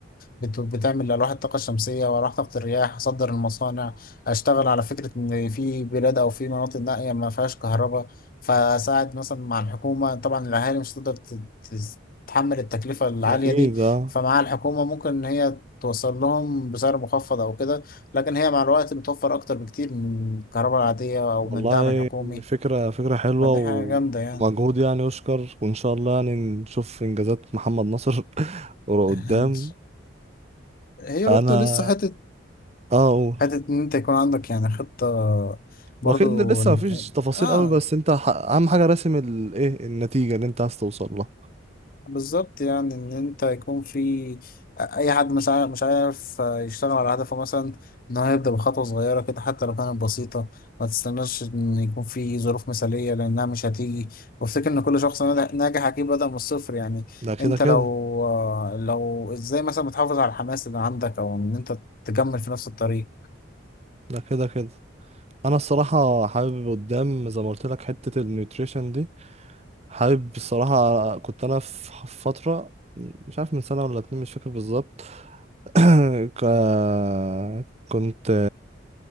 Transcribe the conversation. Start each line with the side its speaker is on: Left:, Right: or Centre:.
Left: بت... بتعمل ألواح الطاقة الشمسية وألواح طاقة الرياح أصدر المصانع أشتغل على فكرة إن في بلاد أو في مناطق نائية ما فيهاش كهرباء فأساعد مثلا مع الحكومة طبعا الأهالي مش هتقدر ت... ت- تتحمل التكلفة العالية
Right: ده أكيد
Left: دي
Right: آه
Left: فمع الحكومة ممكن إن هي توصل لهم بسعر مخفض أو كده لكن هي مع الوقت بتوفر أكتر بكتير من الكهرباء العادية أو
Right: والله
Left: من الدعم الحكومي
Right: فكرة فكرة حلوة
Left: فدي
Right: و-
Left: حاجة جامدة يعني
Right: ومجهود يعني يشكر وإن شاء الله يعني نشوف إنجازات محمد نصر <laughs> ورا قدام
Left: <laughs> هي
Right: أنا
Left: برضو لسه حتة
Right: أه أقول
Left: حتة إن أنت يكون عندك يعني خطة برضو
Right: وأكيد لسه
Left: إن-
Right: مفيش تفاصيل
Left: آه
Right: قوي بس أنت ح- أهم حاجة راسم الإيه النتيجة اللي أنت عايز توصل لها
Left: بالظبط يعني ان انت يكون في اي حد مش عارف مش عارف يشتغل على هدفه مثلا ان هو يبدا بخطوه صغيره كده حتى لو كانت بسيطه ما تستناش ان يكون في ظروف مثاليه لانها مش هتيجي وافتكر ان كل شخص ناجح ناجح اكيد بدا من الصفر يعني
Right: ده كده
Left: انت
Right: كده
Left: لو آه، لو ازاي مثلا بتحافظ على الحماس اللي عندك او ان انت تكمل في نفس الطريق
Right: ده كده كده أنا الصراحة حابب قدام زي ما قلت لك حتة النيوتريشن دي حابب الصراحة كنت أنا في فترة مش عارف من سنة ولا اتنين مش فاكر بالظبط <clears throat> ك- كنت